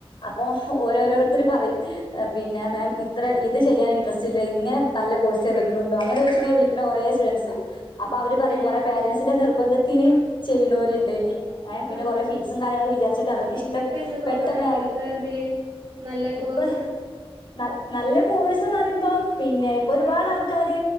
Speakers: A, on the left; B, on the right.
A: അപ്പോ ഓരോരോരുത്തര് പറയും പിന്നെ മാം ഇത്ര ഇത് ചെയ്യാൻ ഇൻട്രെസ്റ്റ് ഇല്ല ഇങ്ങനെ നല്ല കോഴ്സ് ഏതെങ്കിലും ഉണ്ടോ അങ്ങനെ ചോയ്ച്ച്ങ്ങനെ വിളിക്ക്ണ കൊറേ സ് റ്റുഡന്റസ് ഇണ്ട് അപ്പൊ അവര് പറയും
B: ഏഹ്
A: കൊറെ പേരന്റ്സിന്റെ നിർ ബന്ധത്തിന് ചെയ്യ്ണോര്ണ്ട് ഏഹ് പിന്നെ
B: ആഹ്
A: കൊറെേ
B: ആഹ്
A: ഫീസും കാര്യങ്ങളും വിചാരിച്ചിട്ട് അവർക്ക്
B: നിങ്ങൾക്ക്
A: ഇഷ്ട
B: എന്താ തോന്നണ
A: പെട്ട മേഖ്
B: ഇപ്പത്തെ ഇതില് നല്ല കോഴ്സ്
A: ഇപ്പ ന നല്ല കോഴ്സ്ന്നറിയുമ്പോം പിന്നെ ഇപ്പൊ ഒരുപാട് ആൾക്കാര്